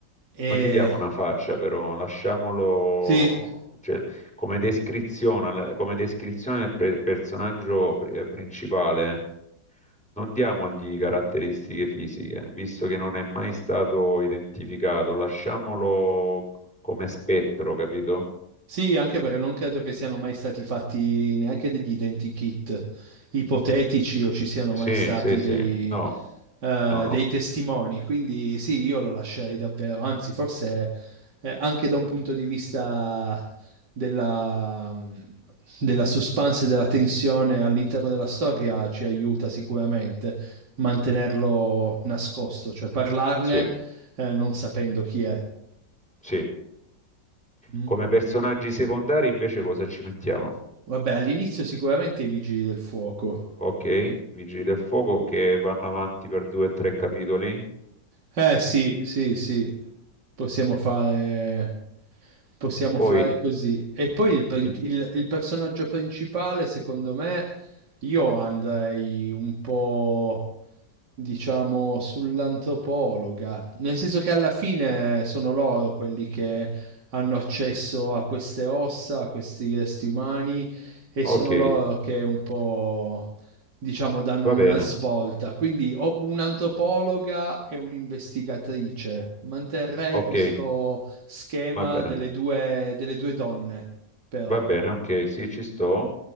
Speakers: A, on the right; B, in the centre.
A: E
B: Non gli diamo una faccia, però lasciamolo,
A: sì,
B: cioè, come descrizione, al- come descrizione del pre- personaggio pri- eh, principale, eh, non diamogli caratteristiche fisiche, visto che non è mai stato identificato, lasciamolo come spettro, capito?
A: sì, anche perché non credo che siano mai stati fatti neanche degli identikit ipotetici o ci siano
B: Sì,
A: mai stati
B: sì, sì,
A: dei,
B: no,
A: eh,
B: no, no,
A: dei testimoni, quindi sì, io lo lascerei davvero, anzi forse eh, anche da un punto di vista della, mm, della suspense e della tensione all'interno della storia ci aiuta sicuramente mantenerlo nascosto, cioè parlarne
B: sì,
A: eh, non sapendo chi è.
B: sì.
A: Mm.
B: Come personaggi secondari invece cosa ci mettiamo?
A: Vabbè, all'inizio sicuramente i vigili del fuoco,
B: Ok, Vigili del Fuoco che vanno avanti per due o tre capitoli.
A: Eh sì, sì, sì, possiamo fare, possiamo
B: Poi,
A: fare così. E poi il, prin-
B: il-
A: il- il personaggio principale, secondo me, io andrei un po', diciamo, sull'antropologa, nel senso che alla fine sono loro quelli che hanno accesso a queste ossa, a questi resti umani, e
B: ok,
A: sono loro che un po' diciamo, danno
B: va
A: una
B: bene,
A: svolta. Quindi ho un'antropologa e un'investigatrice. Manterrei
B: ok,
A: questo schema
B: va bene,
A: delle due, delle due donne, però.
B: va bene, ok, sì, ci sto.